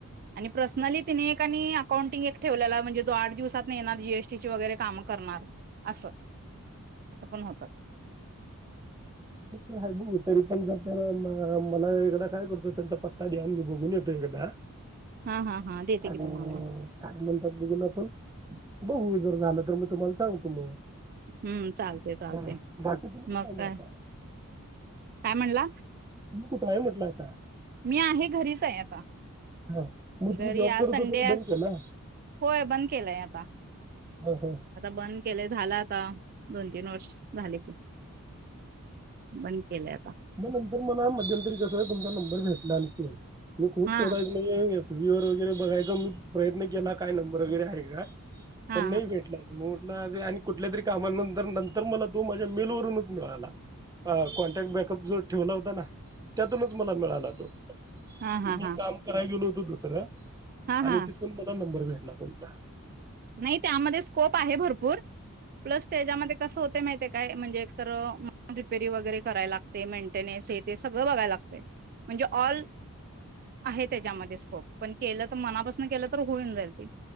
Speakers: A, on the right (about 40°); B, on the right (about 15°).
A: आणि पर्सनली तिने कणी अकाउंटिंग एक ठेवलेला म्हणजे तो आठ दिवसात नाही येणार, जीएसटीची वगैरे काम करणार. असं असं पण होतं.
B: मग तर हाय बगू, तरी पण जर त्यानं मला एकदा काय करतो त्यां पत्ता द्या, मी बघून येतो एकदा.
A: हा हा हा देते
B: अ
A: की तुम्हाला
B: काय म्हणतात बघून आपण बघू जर झालं तर मी तुम्हाला सांगतो मग.
A: हम्म चालते चालते
B: हा. बाकी तुम्ही कुठं
A: मग
B: आहे
A: काय.
B: आता
A: काय म्हणला?
B: तु्ही कुठं आहे म्हटलं आता?
A: मी आहे घरीच आहे आता.
B: हा. मग तुम्ही
A: घरी
B: जॉब
A: आ
B: करत
A: संडे
B: होता तर बंद केला
A: होय बंद केलाय आता.
B: हा, हा.
A: आता बंद केलंय झाला आता दोन तीन वर्ष. झाले की बंद केलंय आता.
B: म नंतर मणा मध्यंतरी कसं तुमचा नंब बर भेटना नती. मी खूप
A: हा
B: शोदा म्हणे ये. टी व्ही वर वगैरे बघायचा मी प्रयत्न केला काय नंबर वगैरे हाय का.
A: हा
B: पण नाही भेटला <unintelligible> ना आदि आणि कुठल्या तरी कामानंतर नंतर मला त तो माझ्या मेलवरूनच मिळाला. अ कॉन्टॅक्ट बॅकअप जो ठेवला होता ना त्यातूनच मला मिळाला तो.
A: हा हा
B: मी
A: हा
B: काम
A: हा
B: कराय गेलो तो दुसरं.
A: हा
B: आणि
A: हा
B: तिथून मला नंबर मिळ ना पमता.
A: नाही त्यामध्ये स्कोप आहे भरपूर प्लस त्याच्यामध्ये कसं होतय माहित्या काय म्हणजे तर रिपेरी वगैरे कराय लागते मेंटेनेस हे ते सगळ बघाय लागतय म्हणजे ऑल आहे त्याच्यामध्ये स्कोप पण केलं तर मनापासून केलं तर होऊन जाईल ते